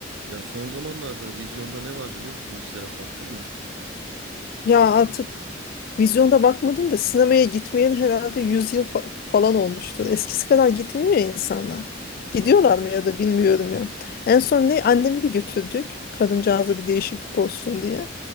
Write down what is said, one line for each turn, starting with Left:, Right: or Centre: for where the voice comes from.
Right: Ya son zamanlarda vizyonda ne var biliyor musun? Hiç Serap baktın mı?
Left: Ya artık vizyonda bakmadım da sinemaya gitmeyen herhalde 100 yıl fa- falan olmuştur. Eskisi kadar gitmiyor ya insanlar. Gidiyorlar
Right: Doğru ya.
Left: mı ya da bilmiyorum ya. En son ne annemi bir götürdük. Kadıncağıza bir değişiklik olsun diye.